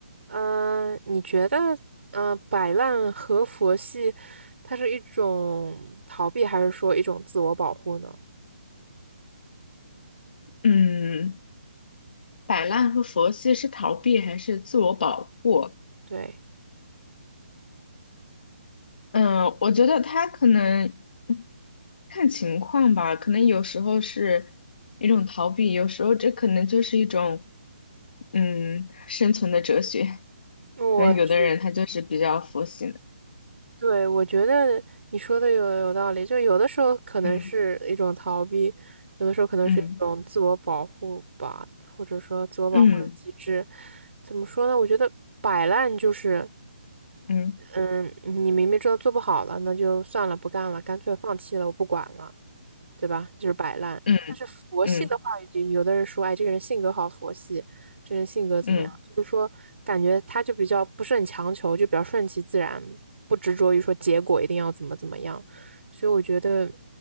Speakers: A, on the right (about 85°); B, on the left (about 55°).
A: 嗯、你觉得，嗯、摆烂和佛系，它是一种逃避，还是说一种自我保护呢？
B: 嗯，摆烂和佛系是逃避还是自我保护？
A: 对，
B: 嗯，我觉得他可能嗯看情况吧，可能有时候是一种逃避，有时候这可能就是一种嗯生存的哲学。
A: 我觉
B: 可能有的人他就是比较佛系的，
A: <tsk>，对，我觉得你说的有有道理，就有的时候可能是一种逃避，
B: 嗯
A: 有的时候可能是一种自我保护吧，
B: 嗯
A: 或者说自我保护的机制。
B: 嗯
A: 怎么说呢？我觉得摆烂就是，
B: 嗯
A: 嗯，你明明知道做不好了，那就算了，不干了，干脆放弃了，我不管了。对吧？就是摆烂。
B: 嗯
A: 但是佛系的话，
B: 嗯
A: 有的人说，哎，这个人性格好佛系，这个人性格怎么样？
B: 嗯。
A: 就是说，感觉他就比较不是很强求，就比较顺其自然，不执着于说结果一定要怎么怎么样。所以我觉得